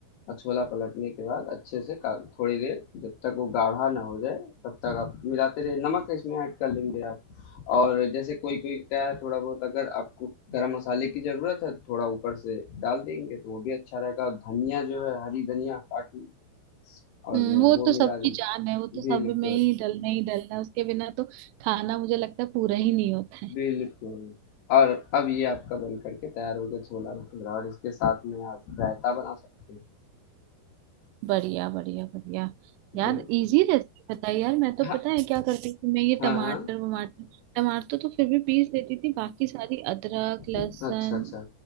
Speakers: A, on the left; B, on the right.
A: और छोला पलटने के बाद अच्छे से का- थोड़ी देर जब तक वो गाढ़ा ना हो जाए तब तक आप मिलाते रहिए नमक इसमें ऐड कर लेंगे आप और जैसे कोई कोई क्या है थोड़ा बहुत अगर आपको गरम मसाले की ज़रूरत है तो थोड़ा ऊपर से डाल देंगे तो वो भी अच्छा रहेगा और धनिया जो है हरी धनिया काट ली और
B: हम्म वो
A: वो
B: तो
A: मिला
B: सबकी
A: दीजिए
B: जान है वो तो सब
A: बिल्कुल
B: में ही डलना ही डलना है, उसके बिना तो खाना मुझे लगता है पूरा ही नहीं होता है
A: बिल्कुल और अब ये आपका बन करके तैयार हो गया छोला भटूरा और इसके साथ में आप रायता बना सकते हैं
B: बढ़िया बढ़िया बढ़िया यार
A: बिल्कुल
B: इजी रेसिपी बताई यार मैं तो
A: हाँ
B: पता है क्या करती थी मैं ये
A: हाँ
B: टमाटर
A: हाँ
B: वमाटर टमाटर तो फिर भी पीस देती थी बाकी सारी अदरक लहसुन
A: अच्छा अच्छा